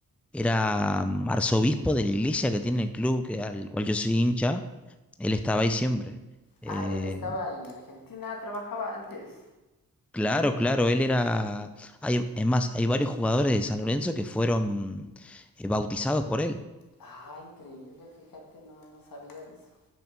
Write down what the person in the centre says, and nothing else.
era mm, arzobispo de la iglesia que tiene el club que, al cual yo soy hincha. Él estaba ahí siempre. Eh,
claro, claro, él era... Hay, es más, hay varios jugadores de San Lorenzo que fueron eh, bautizados por él.